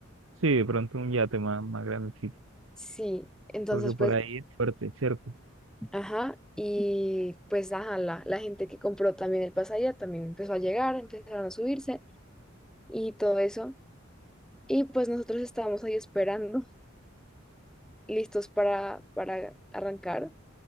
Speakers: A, on the right; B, in the centre.
A: Sí, de pronto un yate más, más grandecito,
B: sí, entonces
A: porque por
B: pues,
A: ahí es fuerte, ¿cierto?
B: ajá, y pues, ajá, la, la gente que compró también el pasaje también empezó a llegar, empezaron a subirse y todo eso, y pues nosotros estábamos ahí esperando, <laughs> listos para, para arrancar,